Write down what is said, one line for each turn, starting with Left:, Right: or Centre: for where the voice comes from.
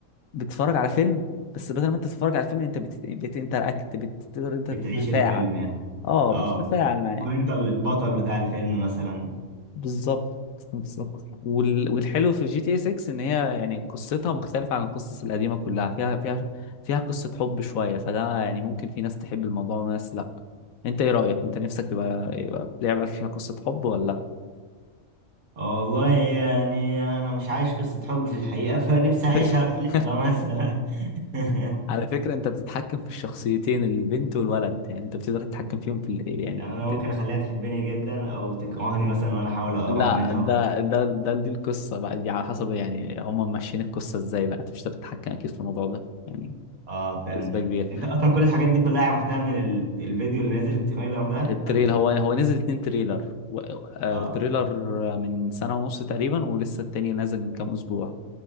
Left: بتتفرج على فيلم بس بدل ما انت تتفرج على الفيلم انت بت... بتنتراكت بتقدر انت
Right: بتعيش
Left: تتفاعل
Right: الفيلم يعني
Left: اه
Right: اه
Left: بتتفاعل معاه
Right: كون انت البطل بتاع الفيلم مثلا
Left: بالظبط بالظبط وال- والحلو في جي تي اي 6 ان هي يعني قصتها مختلفة عن القصص القديمة كلها فيها فيها فيها قصة حب شوية فده يعني ممكن في ناس تحب الموضوع وناس لا انت ايه رأيك انت نفسك يبقى يبقى لعبة فيها قصة حب ولا
Right: آه والله يعني انا مش عايش قصة حب في الحقيقة فنفسي اعيشها
Left: <laughs>
Right: في لعبة مثلا <laughs>
Left: على فكرة انت بتتحكم في الشخصيتين البنت والولد يعني انت بتقدر تتحكم فيهم في ال... يعني
Right: يعني انا ممكن
Left: ت-
Right: اخليها تحبني جدا او تكرهني مثلا وانا احاول اقرب
Left: لا
Right: منها
Left: ده ده ده دي القصة بقى دي على حسب يعني هم ماشيين القصة ازاي بقى انت مش هتقدر تتحكم اكيد في الموضوع ده يعني
Right: اه فهمتك
Left: بنسبة كبيرة
Right: انت اصلا كل الحاجات دي كلها عرفتها من ال- الفيديو اللي نزل التريلر ده
Left: التريل
Right: ولا
Left: هو هو نزل اتنين تريلر و... آه،
Right: اه
Left: تريلر من سنة ونص تقريبا ولسه التاني نازل من كام أسبوع